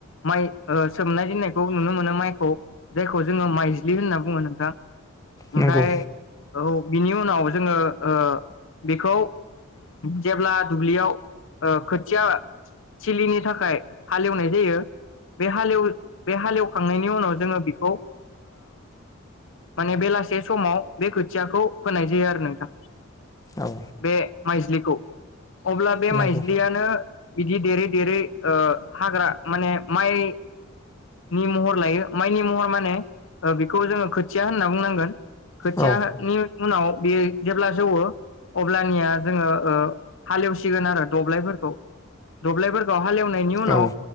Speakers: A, on the left; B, on the left.
A: माइखो सोमना दोननायखौ नुनो मोनो माइखौ जायखौ जोङो माइज्लि होनना बुङो नोंथां। ओमफ्राय
B: नंगौ
A: औ बिनि उनाव जोङो ओ बेखौ जेब्ला दुब्लियाव ओ खोथिया थिलिनि थाखाय हालेवनाय जायो बे हालेव हालेवखांनायनि उनाव जोङो बेखौ माने बेलासे समाव बे खोथियाखौ फोनाय जायो आरो नोंथां।
B: औ
A: बे माइजलिखौ अब्ला बे
B: नंगौ
A: माइजलियानो बिदि देरै- देरै ओ हाग्रा माने माइ नि महर लायो माइनि महर माने बेखौ जोङो खोथिया होनना बुंनांगोन। खोथिया
B: औ
A: नि उनाव बेयो जेब्ला जौवो अब्लानिया जोङो ओ हालेवसिगोन आरो दब्लायफोरखौ दब्लायफोरखौ हालेवनायनि उनाव
B: औ